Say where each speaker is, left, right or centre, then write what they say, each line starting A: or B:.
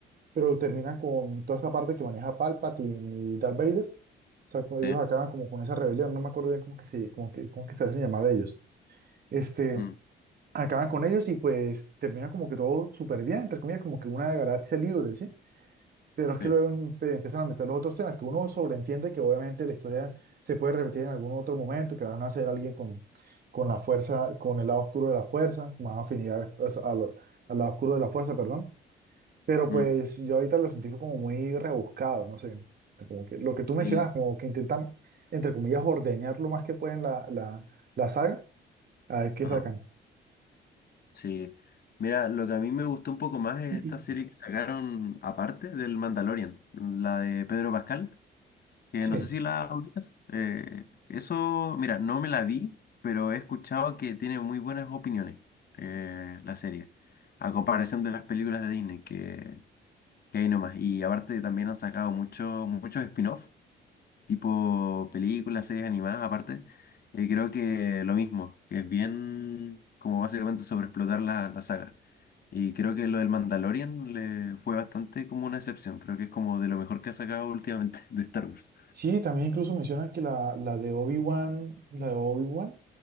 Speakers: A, on the right; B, on the left.
A: pero termina con toda esta parte que maneja Palpatine y Darth Vader. O sea, como ellos
B: sí,
A: acaban como con esa rebelión, no me acuerdo bien cómo que se, como que, cómo que se hacen llamar ellos. Este
B: mm,
A: acaban con ellos y pues terminan como que todo súper bien, entre comillas, como que una galaxia libre, ¿sí? Pero es que
B: sí,
A: luego empe- empiezan a meter los otros temas, que uno sobreentiende que obviamente la historia se puede repetir en algún otro momento, que van a ser alguien con, con la fuerza, con el lado oscuro de la fuerza, más afinidad o sea, al, al lado oscuro de la fuerza, perdón. Pero
B: mm,
A: pues yo ahorita lo sentí fue como muy rebuscado, no sé. Como que lo que tú mencionas,
B: sí,
A: como que intentan, entre comillas, ordeñar lo más que pueden la, la, la saga, a ver qué
B: ajá,
A: sacan.
B: sí. Mira, lo que a mí me gustó un poco más es
A: <clears throat>
B: esta serie que sacaron aparte del Mandalorian, la de Pedro Pascal, que
A: Sí.
B: no sé si la ubicas. Eh, eso, mira, no me la vi, pero he escuchado que tiene muy buenas opiniones eh, la serie, a comparación de las películas de Disney, que Que hay nomás. Y aparte también han sacado mucho, muchos spin-off, tipo películas, series animadas, aparte. Y creo que lo mismo, que es bien como básicamente sobreexplotar la, la saga. Y creo que lo del Mandalorian le fue bastante como una excepción. Creo que es como de lo mejor que ha sacado últimamente <laughs> de Star Wars.
A: Sí, también incluso mencionan que la, la de Obi-Wan, la de Obi-Wan,